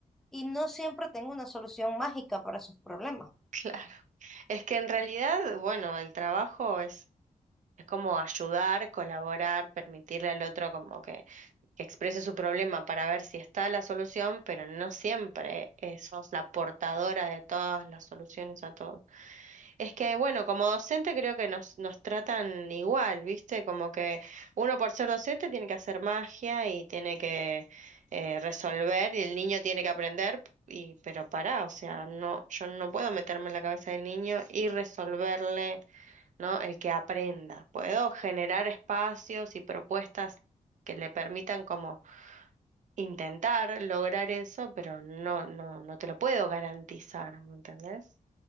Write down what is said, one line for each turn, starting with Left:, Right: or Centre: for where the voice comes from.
Centre: y no siempre tengo una solución mágica para sus problemas.
Right: <laughs> claro. Es que en realidad, bueno, el trabajo es Es como ayudar, colaborar, permitirle al otro como que, que exprese su problema para ver si está la solución, pero no siempre eh, sos la portadora de todas las soluciones a todo. Es que, bueno, como docente creo que nos, nos tratan igual, ¿viste? Como que uno por ser docente tiene que hacer magia y tiene que eh, resolver y el niño tiene que aprender. Y, pero pará, o sea, no, yo no puedo meterme en la cabeza del niño y resolverle. ¿no? El que aprenda. Puedo generar espacios y propuestas que le permitan como intentar lograr eso, pero no, no, no te lo puedo garantizar, ¿me entendés?